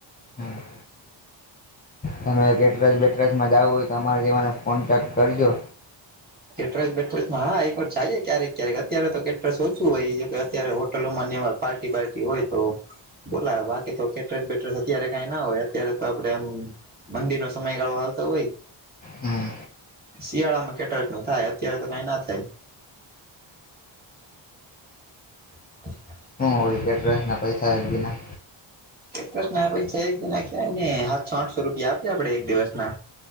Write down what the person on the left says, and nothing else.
હમ તમે એક એડ્રેસ બેટ્રેસ માં જાવ હોય તો અમારે તેવાને કોન્ટેક કરજો
હમ
શું હોય કેટરસ ના પૈસા એક બીના